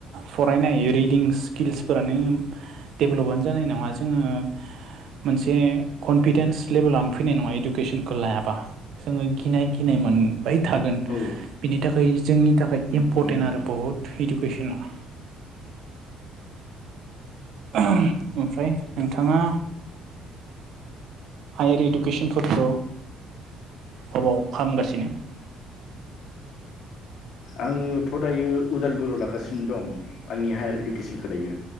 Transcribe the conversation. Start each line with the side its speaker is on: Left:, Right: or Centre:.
Right: फरायनाय रिदिं स्किल्सफोरानो डेभलपानो जानाय नङा जोङो मोनसे कनफिदेन्स लेभेलानो फैनाय नङा इडुकेसनखौ लायाबा जोंङो गिनाय गिनाय मोन बाय थागोन
Left: औ
Right: बिनि थाखाय जोंनि थाखाय इम्परटेन्ट
Left: उम
Right: आरो बहुद इडुकेसना ओमफ्राय नोंथाङा हायार इडुकेसनफोरखौ हबाव खामगासिनो
Left: आङोथ' दायो उदालगुरियाव लागासिनो दं आंनि हायार इडुकेसनखौ दायो।